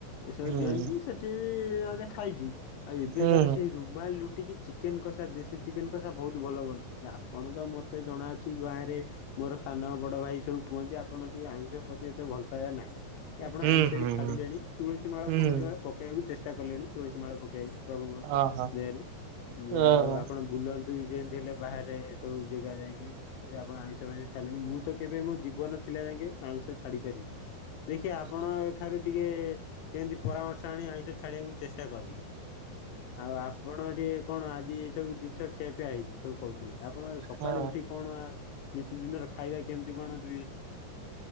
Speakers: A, on the left; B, on the right.
A: ।ଏସବୁ
B: ହୁଁ
A: ଦିଅନ୍ତି ସେଠି। ସେଇଠି ଆମେ ଖାଇଛୁ। ଆଉ ଏବେ
B: ହୁଁ
A: କାର ସେ ରୁମାଲ ରୁଟି କି ଚି ଚିକେନ କଷା, ଦେଶୀ ଚିକେନ କଷା, ବହୁତ ଭଲ ବନାଉଛନ୍ତି ।ଆପଣ ତ ମୋତେ ଜଣାଅ ଛି, ଗାଁ ରେ ମୋର ସାନ, ବଡ ଭାଇ ସବୁ କୁହନ୍ତି, ଆପଣ ଟିକେ ଆଇଁଷ ପ୍ରତି ଏତେ ଭଲ ପାଇବା ନାହିଁ। ଏ ଆପଣ
B: ହୁଁ
A: ଆଇଁଷ
B: ହୁଁ
A: ବି ଛାଡିଲେଣି ।ତୁଳସୀ ମାଳ,
B: ହୁଁ
A: ଫୁଳସି ମାଳ ପକେଇବାକୁ ଚେଷ୍ଟା କଲେଣି। ତୁଳସୀ ମାଳ ପକେଇବାକୁ, ପ୍ରଭୁଙ୍କ
B: ଓହୋ
A: ଦେହରୁ ଯାହା
B: ଓହୋ
A: ହୋଉ ଆପଣ ବୁଲ ନ୍ତୁ, ଯେମିତି ହେଲେ ବାହାରେ ଏ ସବୁ ଜାଗା ଯାଇକି ଆପଣ ଆଇଁଷ, ଫାଇଁସ ଛାଡିଲେଣି। ମୁଁ ତ କେବେ ମୋ ଜୀବନ ଥିଲା ଯାକେ, ଆମିଷ ଛାଡି ପାରିବିନି। ଦେଖିବେ ଆପଣ ଏ ଠାରୁ ଟିକେ, କେମତି ପରାମର୍ଶ ଆଣି ଆଇଁଷ ଛାଡିବାକୁ ଚେଷ୍ଟା କରିବି । ଆଉ ଆପଣ ଟିକେ କଣ? ଆଜି ଏଇ ସବୁ ଜିନିଷ ଖିଆପିଆ ହେଇଛି ସବୁ? କହୁଥିଲେ ଆପଣ ସକାଳେ
B: ହଁ
A: ଉଠି କଣ? ଦି, ନିତି ଦିନର ଖାଇବା କେମିତି କଣ ବି